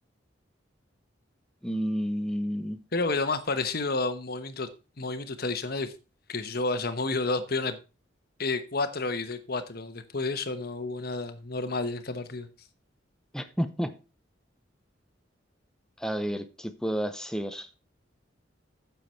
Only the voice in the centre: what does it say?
Mm,
<laughs> a ver, ¿qué puedo hacer?